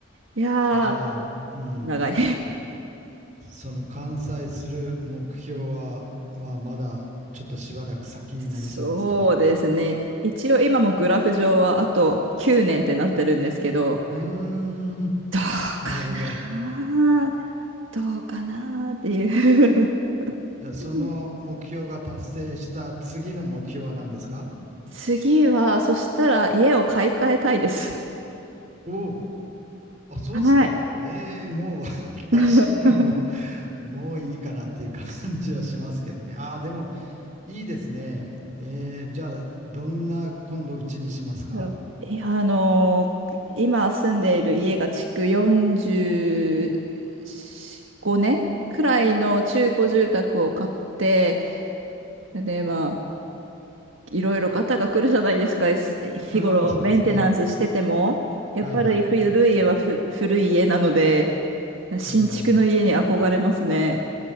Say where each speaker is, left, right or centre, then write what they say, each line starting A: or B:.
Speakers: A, on the right; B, on the right.
A: いやー、
B: じゃあ、うん。
A: 長い。
B: その完済する目標は、まあ、まだちょっとしばらく先になりそうですかね。
A: そうですね。一応今もグラフ上はあと9年ってなってるんですけど、
B: うーん、
A: どうかな
B: なるほど。
A: どうかなっていう
B: じゃあ、その目標が達成した次の目標は何ですか
A: <laughs> 次は、そしたら家を買い替えたいです。
B: おお、あ、そうですか。
A: はい。
B: ええもう <laughs> 私にはもう、
A: <laughs>
B: もういいかなっていう感じはしますけどね。ああ、でもいいですね。ええじゃあ、どんな今度うちにしますか
A: そういや、あのー今住んでいる家が築45年くらいの中古住宅を買って、で、まあ、いろいろガタが来るじゃないですか、S- 日頃メンテナンスしてても。
B: うーん、そうですね。
A: やっぱり古い家はふ古い家なので、
B: はいはい。
A: 新築の家に憧れますね。
B: うーん、